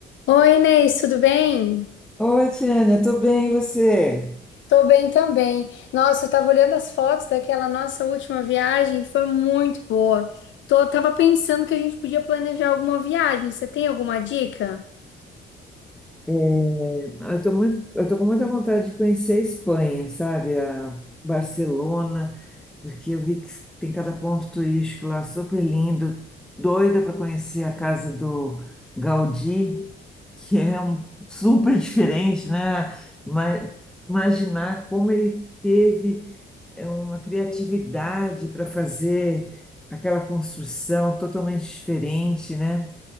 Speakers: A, on the left; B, in the centre.
A: Oi, Inês, tudo bem?
B: Oi, Tiane, tô bem, e você?
A: Tô bem também. Nossa, eu tava olhando as fotos daquela nossa última viagem, foi muito boa. Tô, tava pensando que a gente podia planejar alguma viagem. Você tem alguma dica?
B: É, Eu tô muito, eu tô com muita vontade de conhecer a Espanha, sabe? A Barcelona, porque eu vi que tem cada ponto turístico lá super lindo. Doida para conhecer a casa do Gaudí, que é um super diferente, né? Ima- imaginar como ele teve é, uma criatividade para fazer aquela construção totalmente diferente, né?